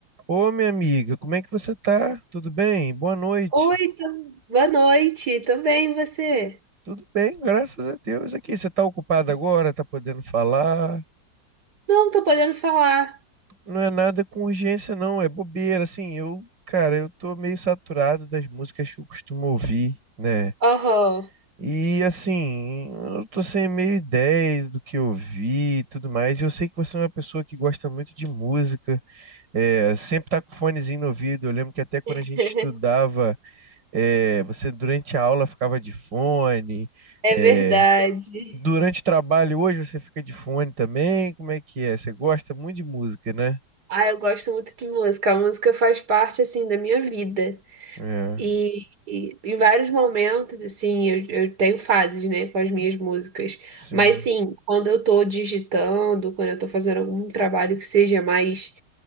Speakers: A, on the right; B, on the right.
A: Ô, minha amiga, como é que você tá? Tudo bem? Boa noite.
B: Oi, tu- boa noite, tudo bem, e você?
A: Tudo bem, graças a Deus. Aqui, você tá ocupada agora? Tá podendo falar?
B: Não, tô podendo falar.
A: Não é nada com urgência, não. É bobeira. Assim, eu, cara, eu tô meio saturado das músicas que eu costumo ouvir, né?
B: Oh,
A: E, assim, eu tô sem meio ideia do que ouvir e tudo mais. Eu sei que você é uma pessoa que gosta muito de música, é, sempre tá com fonezinho no ouvido. Eu lembro que até quando
B: <laughs>
A: a gente estudava. É, você durante a aula ficava de fone.
B: é
A: é,
B: verdade.
A: durante o trabalho hoje você fica de fone também. Como é que é? Você gosta muito de música, né?
B: Ah, eu gosto muito de música. A música faz parte, assim, da minha vida.
A: É,
B: E, e em vários momentos, assim, eu, eu tenho fases, né, com as minhas músicas.
A: sim,
B: Mas, sim, quando eu tô digitando, quando eu tô fazendo algum trabalho que seja mais